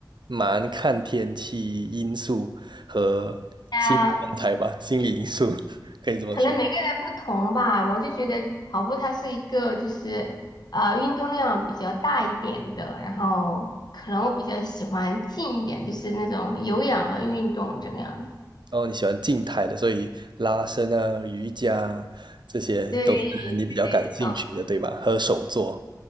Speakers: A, on the right; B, on the left.
A: 蛮看天气因素和心理状态吧，
B: 啊，
A: 心理因素 <laughs> 可以这么说。
B: 可能每个人不同吧。我就觉得跑步它是一个就是呃运动量比较大一点的，然后可能我比较喜欢静一点，就是那种有氧的运动这个样子。
A: 哦，你喜欢静态的，所以拉伸啊、瑜伽啊这些都是你比较感兴趣的，
B: 对对对，这种。
A: 对吧？和手作。